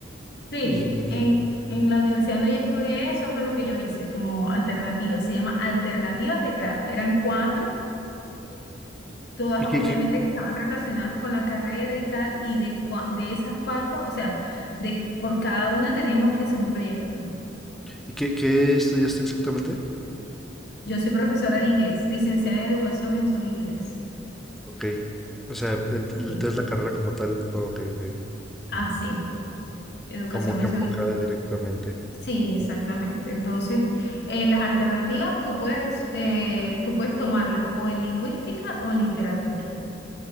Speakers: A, on the left (about 55°); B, in the centre.
A: Sí,
B: ¿Y,
A: en, en la universidad donde yo estudié, eso fue lo que yo hice como alternativa. Se llama alternativas de grado. Eran cuatro Todas
B: y, qué,
A: obviamente
B: qué-
A: que estaban relacionadas con la carrera y tal, y de, cua- de esas cuatro, o sea, de, por cada una teníamos que hacer un proyecto.
B: y qué- qué estudiaste exactamente?
A: Yo soy profesora de inglés, licenciada en educación, mención inglés.
B: Ok. O sea, ent- entonces
A: Sí.
B: la carrera como tal, ok, ok.
A: Ah, sí, educación,
B: Como que
A: mención
B: enfocada
A: inglés.
B: directamente.
A: Sí, exactamente. Entonces, en las alternativas tú puedes, eh, tú puedes tomarlas o en lingüística o en literatura.